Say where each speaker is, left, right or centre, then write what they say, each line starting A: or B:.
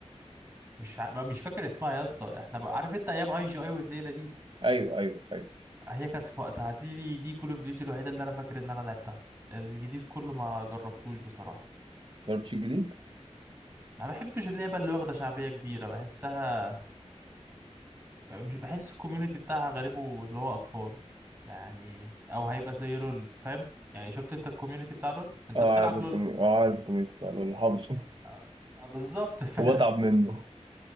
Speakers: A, on the right; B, on the right.
A: مش فا... ما- مش فاكر اسمها يا اسطى احنا بقى عارف انت ايام اي جي اي والليله دي
B: أيوه أيوه أيوه
A: هي كانت في وقتها دي دي كول اوف ديوتي الوحيده اللي انا فاكر ان انا لعبتها الجديد كله ما جربتوش بصراحه
B: بارتش الجديد؟
A: ما بحبش اللعبة اللي واخدة شعبية كبيرة بحسها مش بحس الكوميونتي بتاعها غريبه اللي هو أطفال يعني أو هيبقى زي لول فاهم يعني شفت أنت الكوميونتي بتاع لول أنت
B: أه
A: بتلعب
B: عارف الكوميك
A: لول
B: أه عارف الكوميك بتاع اللي حافظه
A: آه، آه، بالظبط <laughs> ف...
B: <laughs> وبتعب منه